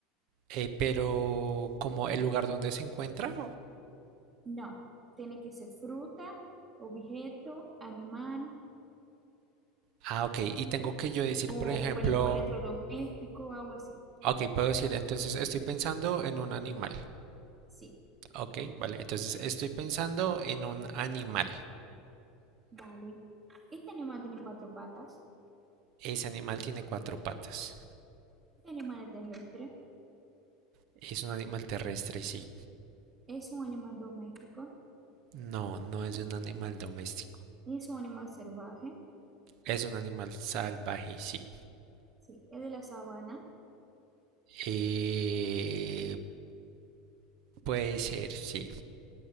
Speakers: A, on the right; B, on the right.
A: Eh, pero como el lugar donde se encuentra. o-
B: No, tiene que ser fruta, objeto, animal
A: Ah, ok, y tengo que yo decir,
B: o
A: por ejemplo,
B: un el- un electrodoméstico, algo así.
A: ok, puedo decir, entonces estoy pensando en un animal.
B: Sí.
A: Ok, vale, entonces estoy pensando en un animal.
B: Vale. Este animal tiene cuatro patas.
A: Ese animal tiene cuatro patas.
B: Este animal es terrestre.
A: Es un animal terrestre, sí.
B: Es un animal doméstico.
A: No, no es un animal doméstico.
B: Es un animal salvaje.
A: Es un animal salvaje, sí.
B: Sí, es de la sabana.
A: Eh, puede ser, sí.